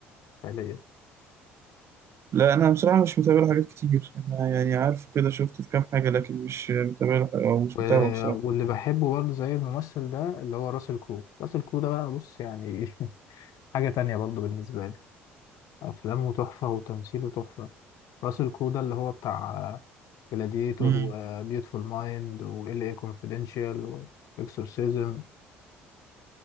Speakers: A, on the left; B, on the right.
A: فعليا
B: لا انا بصراحة مش متابع له حاجات كتير انا يعني عارفه كده شفته في كام حاجة لكن مش متابع له حاجة- او مش
A: و...
B: متابعه بصراحة
A: واللي بحبه برضه زي الممثل ده اللي هو راسل كرو راسل كرو ده بقى بص يعني <laughs> حاجة تانية برضه بالنسبة لي أفلامه تحفة وتمثيله تحفة راسل كرو ده اللي هو بتاع جلاديتور
B: مم.
A: وبيوتفول مايند وال اي كونفيدنشال واكسورسيزم